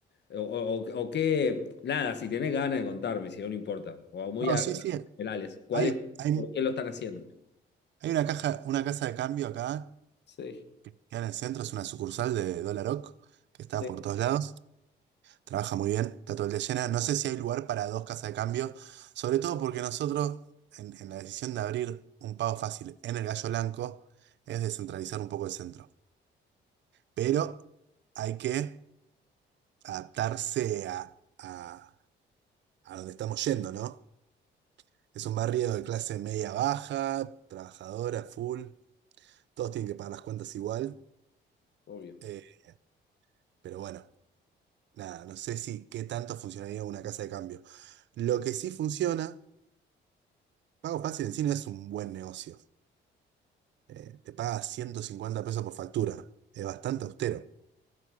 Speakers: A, on the left (about 60°); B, on the right (about 65°).
A: O, o- o qué, nada, si tenés ganas de contarme, si no, no importa. O muy
B: No,
A: a
B: sí, sí.
A: generales, ¿cuál
B: Hay,
A: es,
B: hay,
A: por qué lo están haciendo?
B: hay una caja, una casa de cambio acá,
A: Sí,
B: que en el centro es una sucursal de Dollar Oak, que está
A: sí,
B: por todos lados. Trabaja muy bien, está todo el día llena. No sé si hay lugar para dos casas de cambio, sobre todo porque nosotros, en, en la decisión de abrir un pago fácil en el Gallo Blanco, es descentralizar un poco el centro. Pero hay que adaptarse a, a, a donde estamos yendo, ¿no? Es un barrio de clase media baja, trabajadora, full. Todos tienen que pagar las cuentas igual.
A: obvio.
B: eh, pero bueno, nada, no sé si qué tanto funcionaría una casa de cambio. Lo que sí funciona, Pago Fácil en sí no es un buen negocio. Eh, te paga 150 pesos por factura. Es bastante austero.